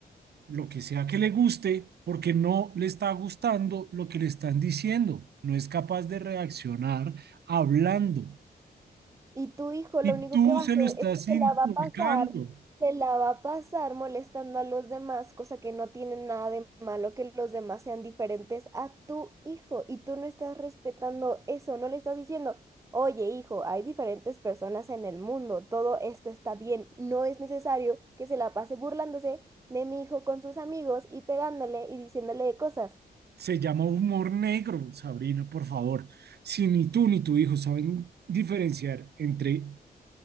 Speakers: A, on the right; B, on the right.
A: lo que sea que le guste, porque no le está gustando lo que le están diciendo. No es capaz de reaccionar hablando.
B: y tu hijo
A: Y
B: lo único
A: tú
B: que va
A: se
B: a hacer
A: lo estás
B: es que se
A: inculcando.
B: la va a pasar, se la va a pasar molestando a los demás, cosa que no tiene nada de malo que los demás sean diferentes a tu hijo y tú no estás respetando eso, no le estás diciendo, oye hijo, hay diferentes personas en el mundo, todo esto está bien, no es necesario que se la pase burlándose de mi hijo con sus amigos y pegándole y diciéndole cosas.
A: Se llama humor negro, Sabrina, por favor. Si ni tú ni tu hijo saben diferenciar entre